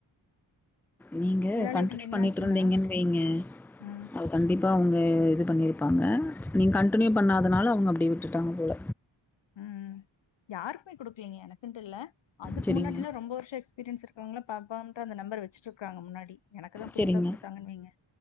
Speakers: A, in the centre; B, on the left.
A: நீங்க
B: வேலைய
A: கண்டின்யூ
B: விட்டு நின்னாச்சுன்னா
A: பண்ணிட்டு இருந்திங்கன் வெய்ங்க
B: ம்,
A: அது கண்டிப் ப்ப அவுங்க இது பண்ணிருப்பாங்க நீங்க கன்டினியூ பண்ணாதனால அவுங்க அப்டியே விட்டுட்டாங்க போல
B: ம் யாருக்குமே குடுக்கலங்க எனக்குன்ட்டு இல்ல அதுக்கு
A: சரிங்க.
B: முன்னாடியெல்லா ரொம்ப வருஷோ எக்ஸ்பீரியன்ஸ் இருக்கவங்களா பாப்பாங் ட்ட அந்த நம்பர் வெச் வெச்சுட்ருக்காங்க முன்னாடி எனக்குதா
A: சரிங்க.
B: புதுசா குடுத்தாங்கன் வெய்ங்க